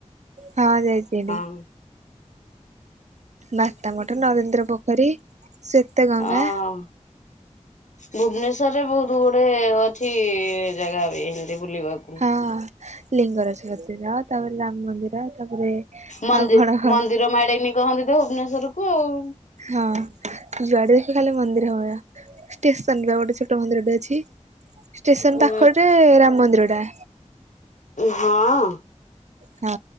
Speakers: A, on the right; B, on the left.
A: ହଁ ଯାଇଥିଲି
B: ହ <inaudible>
A: ମାତା ମଠ ନରେନ୍ଦ୍ର ପୋଖରୀ ଶ୍ଵେତ ଗଙ୍ଗା
B: ହଁ ଭୁବନେଶ୍ଵରରେ ବହୁତ ଗୁଡେ ଅଛି ଜାଗା ବି ଏନ୍ତେ ବୁଲିବାକୁ।
A: ହଁ। ଲିଙ୍ଗରାଜ ମନ୍ଦିର, ତାପରେ ରାମ ମନ୍ଦିର ତାପରେ
B: ମନ୍ଦି
A: ଆଉ କଣ କଣ
B: ମନ୍ଦିର ମାଳୀନି କହନ୍ତି ତ ଭୁବନେଶ୍ଵର କୁ ଆଉ।
A: ହଁ ଯୁଆଡେ ଦେଖି ଖାଲି ମନ୍ଦିର ମୟ। ଷ୍ଟେସନ ଠି ଗୋଟେ ଛୋଟ ମନ୍ଦିରଟେ ଅଛି, ଷ୍ଟେସନ
B: ହଁ
A: ପାଖରେ ରାମ ମନ୍ଦିର ଟା।
B: ହଁ।
A: ହଁ